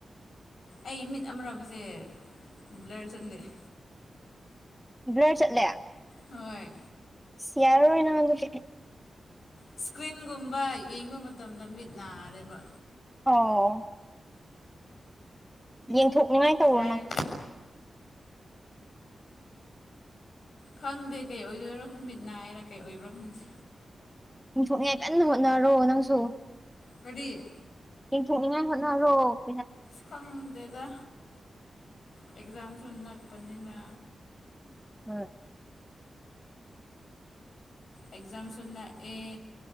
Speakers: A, on the left (about 65°); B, in the centre.
A: ꯑꯩ ꯃꯤꯠ ꯑꯃꯔꯣꯕꯁꯦ ꯕ꯭ꯂꯔ ꯆꯠꯂꯦ꯫ <unintelligible>
B: ꯕ꯭ꯂꯔ ꯆꯠꯂꯦ
A: ꯍꯣꯏ꯫
B: ꯁꯤꯌꯥꯔꯔꯣꯏ ꯅꯪ ꯑꯗꯨꯗꯤ꯫
A: ꯏꯁꯀ꯭ꯔꯤꯟꯒꯨꯝꯕ ꯌꯦꯡꯕ ꯃꯇꯝꯗ ꯃꯤꯠ ꯅꯥꯔꯦꯕ
B: ꯑꯣ ꯌꯦꯟꯊꯣꯛꯅꯤꯉꯥꯏ ꯇꯧꯔꯣꯅ
A: ꯉꯥꯏꯈꯣ ꯈꯪꯗꯦ ꯀꯩ ꯑꯣꯏꯗꯣꯏꯔꯣ ꯃꯤꯠ ꯅꯥꯏꯔ ꯀꯩ ꯑꯣꯏꯕ꯭ꯔꯣ ꯈꯪꯗꯦ
B: ꯄꯣꯡꯊꯣꯛꯅꯦ ꯀꯟꯅ ꯍꯣꯠꯅꯔꯣ ꯅꯪꯁꯨ
A: ꯀꯗꯤ
B: ꯊꯅꯉꯥꯏ ꯍꯅꯔꯣ
A: ꯈꯪꯗꯦꯗ ꯑꯦꯛꯖꯥꯝꯁꯨ ꯅꯛꯄꯅꯤꯅ
B: ꯍꯣꯏ
A: ꯑꯦꯛꯖꯥꯝꯁꯅ ꯑꯦ